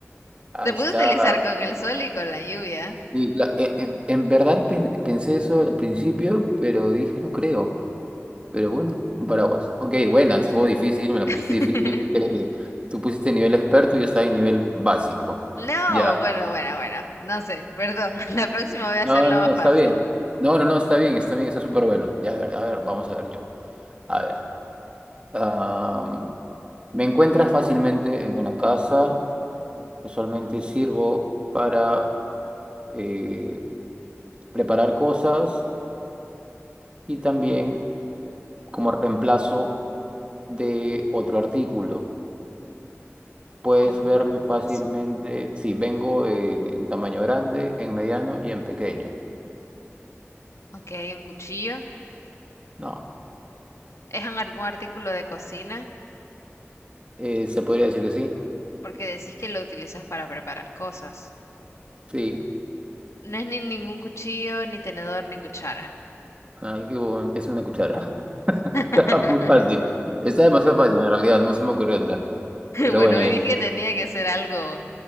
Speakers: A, on the right (about 25°); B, on the left (about 80°).
A: ahí
B: Se
A: está.
B: puede utilizar con
A: pues.
B: el sol y con la lluvia.
A: Sí, cla- eh, en, en verdad pen- pensé eso al principio, pero dije, no creo. Pero bueno, un paraguas. Ok, buena, estuvo difícil, me la
B: <laughs>
A: pusiste difícil. Creo que tú pusiste nivel experto y yo estaba en nivel básico.
B: No,
A: Ya.
B: bueno, bueno, bueno. No sé, perdón. <laughs> La próxima voy a hacerla
A: No, no,
B: más
A: no, está
B: fácil.
A: bien. No, no, no, está bien, está bien, está súper bueno. Ya, a ver, a ver, vamos a ver yo. A ver. am, me encuentras fácilmente en una casa. Usualmente sirvo para eh, preparar cosas y también como reemplazo de otro artículo. Puedes
B: ¿Cómo
A: verme
B: reemplazo?
A: fácilmente. Sí, vengo eh, en tamaño grande, en mediano y en pequeño.
B: Ok, un cuchillo.
A: No,
B: ¿Es en algún artículo de cocina?
A: eh, se podría decir que sí.
B: Porque decís que lo utilizas para preparar cosas.
A: Sí.
B: No es ni ningún cuchillo, ni tenedor, ni cuchara.
A: Ay, qué bon- Es una cuchara.
B: <laughs>
A: <laughs> Muy fácil. Está demasiado fácil en realidad, no se me ocurrió otra. Pero
B: Bueno,
A: bueno,
B: hoy
A: ya.
B: dije que tenía que ser algo